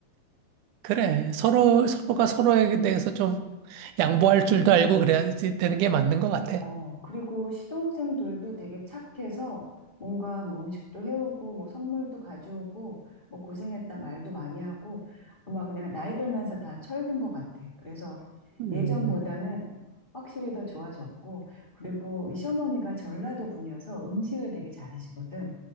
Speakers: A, on the right; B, on the left.
A: 그래. 서로, 서로가 서로에 대해서 좀 양보할 줄도 알고 그래야지 되는 게 맞는 것 같아.
B: 어, 그리고 시동생들도 되게 착해서 뭔가 뭐 음식도 해오고 뭐 선물도 가져오고 뭐 고생했다 말도 많이 하고 아마 그냥 나이 들면서 다 철든 것 같아. 그래서
A: 음.
B: 예전보다는 확실히 더 좋아졌고 그리고 우리 시어머니가 전라도 분이어서 음식을 되게 잘하시거든.